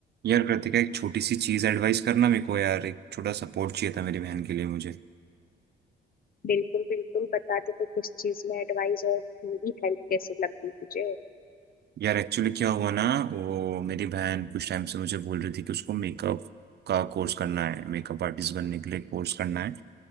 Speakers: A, on the right; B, on the left.
A: यार कृतिका एक छोटी सी चीज एडवाइस करना मेरे को यार एक छोटा सपोर्ट चाहिए था मेरी बहन के लिए मुझे
B: बिल्कुल बिल्कुल बता दो तो किस चीज में एडवाइस और मेरी हेल्प कैसे लगी तुझे
A: यार एक्चुअली क्या हुआ ना वो मेरी बहन कुछ टाइम से मुझे बोल रही थी कि उसको मेकअप का कोर्स करना है मेकअप आर्टिस्ट बनने के लिए कोर्स करना है